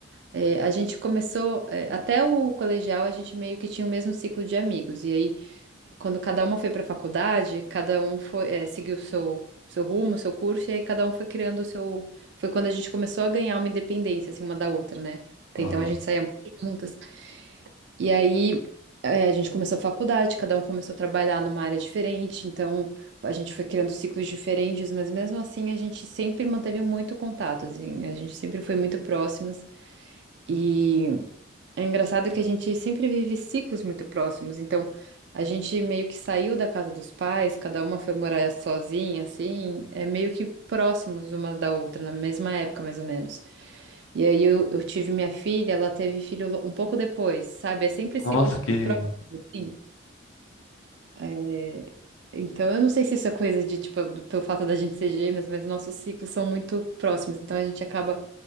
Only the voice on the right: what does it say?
É, a gente começou, é, até o colegial, a gente meio que tinha o mesmo ciclo de amigos. E aí quando cada uma foi para a faculdade, cada um foi, eh, seguiu o seu, seu rumo, seu curso, e aí cada um foi criando o seu. Foi quando a gente começou a ganhar uma independência, assim, uma da outra, né? Até
então a gente saía muito juntas. E aí eh, a gente começou a faculdade, cada um começou a trabalhar numa área diferente, então a gente foi criando ciclos diferentes, mas mesmo assim a gente sempre manteve muito contato, assim, a gente sempre foi muito próximas. E. É engraçado que a gente sempre vive ciclos muito próximos, então a gente meio que saiu da casa dos pais, cada uma foi morar sozinha, assim, é meio que próximos uma da outra, na mesma época mais ou menos. E aí eu, eu tive minha filha, ela teve filho lo- um pouco depois, sabe? É sempre ciclos
próximos. assim. É, então eu não sei se isso é coisa de, tipo, do- pelo fato da gente ser gêmeas, mas nossos ciclos são muito próximos, então a gente acaba